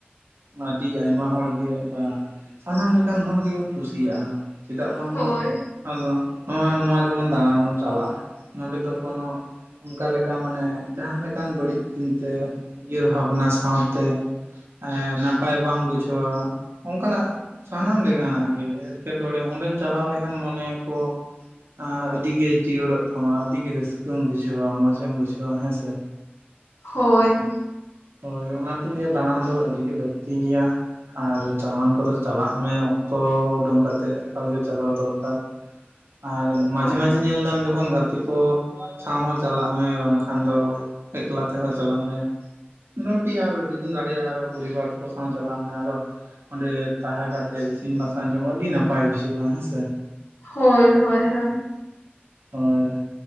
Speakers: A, on the right; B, on the left.
A: ᱚᱱᱟ ᱫᱤ ᱟᱭᱢᱟ ᱦᱚᱲ ᱜᱮ ᱵᱟᱝ ᱥᱟᱱᱟᱢ ᱞᱮᱠᱟᱱ ᱦᱚᱲ <unintelligible> ᱠᱩᱥᱤᱭᱟᱜᱼᱟ, ᱪᱮᱫᱟᱜ ᱵᱟᱝᱢᱟ
B: ᱦᱳᱭ
A: <unintelligible> ᱱᱚ ᱱᱚᱣᱟ ᱡᱮᱢᱚᱱ ᱫᱟᱬᱟᱱᱮᱢ ᱪᱟᱞᱟᱜᱼᱟ ᱱᱚᱸᱰᱮ ᱫᱚ ᱠᱚᱱᱚ ᱚᱝᱠᱟ ᱞᱮᱠᱟ ᱢᱟᱱᱮ ᱡᱟᱦᱟᱸ ᱞᱮᱠᱟᱱ ᱵᱟᱹᱲᱤᱡ ᱪᱤᱱᱛᱟᱹ ᱩᱭᱦᱟᱹᱨ ᱵᱷᱟᱵᱽᱱᱟ ᱥᱟᱶᱛᱮ ᱮᱸ ᱱᱟᱯᱟᱭ ᱵᱟᱢ ᱵᱩᱡᱷᱟᱹᱣᱟ᱾ ᱚᱝᱠᱟᱱᱟᱜ ᱥᱟᱱᱟᱢ ᱞᱮᱠᱟᱱᱟᱜ ᱜᱮ ᱮᱴᱠᱮᱴᱚᱬᱮ ᱚᱸᱰᱮᱢ ᱪᱟᱞᱟᱣ ᱞᱮᱠᱷᱟᱱ ᱢᱚᱱᱮ ᱠᱚ ᱟᱸ ᱟᱹᱰᱤ ᱜᱮ ᱡᱤᱭᱟᱹᱲᱚᱜ ᱛᱟᱢᱟ ᱟᱹᱰᱤ ᱜᱮ ᱨᱟᱹᱥᱠᱟᱹᱢ ᱵᱩᱡᱷᱟᱹᱣᱟ ᱢᱚᱸᱡᱮᱢ ᱵᱩᱡᱷᱟᱹᱣᱟ ᱦᱮᱸᱥᱮ᱾
B: ᱦᱳᱭ᱾
A: ᱦᱳᱭ ᱚᱱᱟᱛᱤᱧ ᱞᱟᱹᱭᱟ ᱫᱟᱬᱟᱱ ᱫᱚ ᱟᱹᱰᱤᱜᱮ ᱞᱟᱹᱠᱛᱤ ᱜᱮᱭᱟ᱾ ᱟᱨ ᱡᱟᱬᱟᱱ ᱠᱚᱫᱚ ᱪᱟᱞᱟᱜ ᱢᱮ ᱚᱠᱛᱚ ᱩᱰᱳᱝ ᱠᱟᱛᱮᱜ ᱮᱠᱟᱞᱜᱮ ᱪᱟᱞᱟᱣ ᱫᱚᱨᱠᱟᱨ᱾ ᱟᱨ ᱢᱟᱡᱮ
B: ᱦᱳᱭ
A: ᱢᱟᱡᱮ ᱧᱮᱞ ᱫᱟᱢ ᱡᱚᱠᱷᱚᱱ ᱜᱟᱛᱮ ᱠᱚ ᱥᱟᱶ ᱦᱚᱸ ᱪᱟᱞᱟᱜ ᱢᱮ ᱵᱟᱝᱠᱷᱟᱱ ᱫᱚ ᱮᱠᱞᱟ ᱛᱮᱦᱚᱸ ᱪᱟᱞᱟᱜ ᱢᱮ᱾ ᱱᱚᱰᱤ ᱟᱨ ᱡᱩᱫᱤᱢ ᱫᱟᱲᱮᱭᱟᱜᱼᱟ ᱟᱨᱚ ᱯᱚᱨᱤᱵᱟᱨ ᱠᱚ ᱥᱟᱶ ᱪᱟᱞᱟᱜ ᱢᱮ ᱟᱨᱚ᱾ ᱚᱸᱰᱮ ᱛᱟᱦᱮᱸ ᱠᱟᱛᱮᱜ ᱤᱥᱤᱱ ᱵᱟᱥᱟᱝ ᱡᱚᱢ ᱟᱹᱰᱤ ᱱᱟᱯᱟᱭ ᱵᱩᱡᱷᱟᱹᱜᱼᱟ ᱦᱮᱸᱥᱮ᱾
B: ᱦᱳᱭ ᱦᱳᱭ ᱦᱳᱭ᱾
A: ᱦᱳᱭ᱾